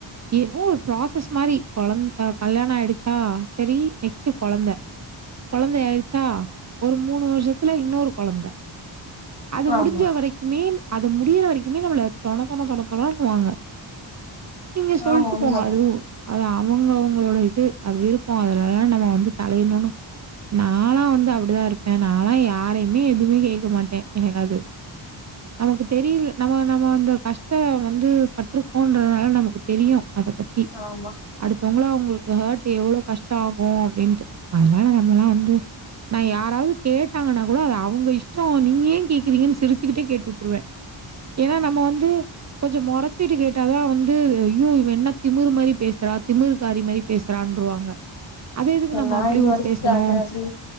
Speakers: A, on the right; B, on the left.
A: ஏ ஊ ப்ராசஸ் மாரி குழந் அ கல்யாண ஆகியிடுச்சு ஆ சேரி நெக்ஸ்டு கொழந்த கொழந்தைய ஆயிருச்சா ஒரு மூணு வருஷத்துல இன்னொரு கொழந்த அது
B: ஆமா
A: முடிஞ்ச வரைக்குமே அது முடியற வரைக்குமே நம்மள தொண தொண தொண தொணனுவாங்க நீங்க சொல்ட்டு
B: ஆமா உண்மைதான்
A: போங்க அதுவும் அத அவங்க அவங்களோட இது அது விருப்பம் அதுலல்லா நம்ம வந்து தலையணும்னு நானலா வந்து அப்படிதா இருப்பே நானல்லா யாரையுமே எதுவுமே கேட்க மாட்டே எனக்கு அது நமக்கு தெரியல நம்ம நம்ம அந்த கஷ்ட வந்து பட்டிருக்கோன்றதுனால நமக்கு தெரியு அத பத்தி
B: ஆமா
A: அடுத்தவங்கள அவங் ஒருத்தர் ஹார்ட் எவ்வளவு கஷ்ட ஆகும் அப்படின்ட்டு அதனால நம்மல்லா வந்து நா யாராவது கேட்டாங்கன்னா கூட அது அவங்க இஷ்ட நீ கேக்குறீங்கன்னு சிரிச்சுக்கிட்டே கேட்டு விட்டுருவே ஏன்னா நம்ம வந்து கொஞ்ச முறைச்சுட்டு கேட்டாதா வந்து ஐயோ இவ என்ன திமிர் மாதிரி பேசுறா திமிரு காரி மாரி பேசுறான்ருவாங்க அத எதுக்கு நம்ம
B: நா
A: அப்படி
B: இது
A: ஓ
B: வரைக்கும்
A: பேசணு
B: அந்த அப்படி